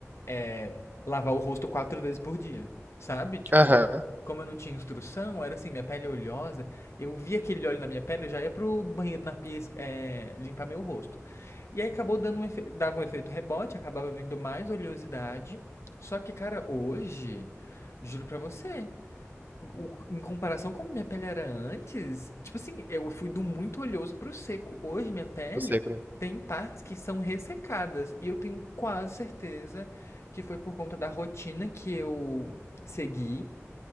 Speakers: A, on the left (about 60°); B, on the right (about 35°).
A: é, lavar o rosto quatro vezes por dia, sabe? Tipo,
B: Aham.
A: como eu não tinha instrução, era assim, minha pele é oleosa, eu via aquele óleo na minha pele, eu já ia pro banheiro na pia, es- é, limpar meu rosto. E aí acabou dando um efe- dava um efeito rebote, acabava vindo mais oleosidade. Só que, cara, hoje, juro pra você o- em comparação como minha pele era antes, tipo assim, eu fui do muito oleoso pro seco. Hoje minha pele
B: Pro seco, né?
A: tem partes que são ressecadas e eu tenho quase certeza que foi por conta da rotina que eu segui,